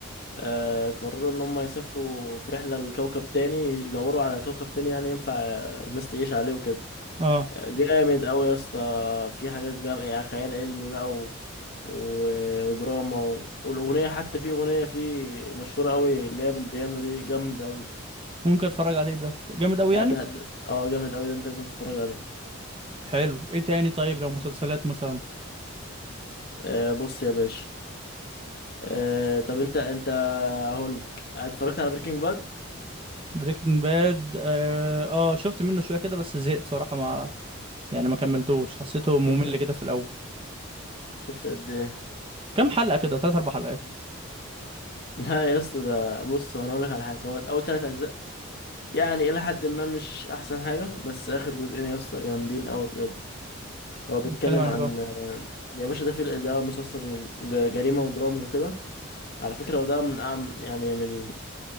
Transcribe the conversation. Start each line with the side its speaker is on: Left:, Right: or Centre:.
Left: آه، قرروا ان هم يسافروا في رحله لكوكب تاني يدوروا على كوكب تاني يعني ينفع آه، الناس تعيش عليه وكده
Right: اه
Left: جامد قوي يا اسطى في حاجات جام يعني خيال علمي بقى و... و... ودراما و... والاغنيه حتى في اغنيه فيه مشهوره قوي اللي هي بالبيانو دي جامده قوي
Right: ممكن اتفرج عليه ده جامد قوي
Left: يعني
Right: يعني
Left: ده ده- اه جامد قوي ده انت لازم تتفرج عليه
Right: حلو ايه تاني طيب لو مسلسلات مثلا
Left: آه بص يا باشا آه طب انت انت هقول لك اتفرجت على بريكنج باد
Right: بريكنج باد اه آه، شفت منه شويه كده بس زهقت صراحه ما يعني ما كملتوش حسيته ممل
Left: شفت
Right: كده في الاول
Left: شفت قد ايه
Right: كام حلقه كده تلات اربع حلقات
Left: <laughs> لا يا اسطى ده بص هو انا اقول لك على حاجه هو اول ثلاث اجزاء يعني الى حد ما مش احسن حاجه بس اخر جزئين يا اسطى جامدين قوي بجد. هو بيتكلم
Right: بيتكلم عن
Left: عن
Right: ايه بقى
Left: يا باشا ده في ده مسلسل ج- جريمة ودراما وكده على فكرة هو ده من أعم يعني من ال-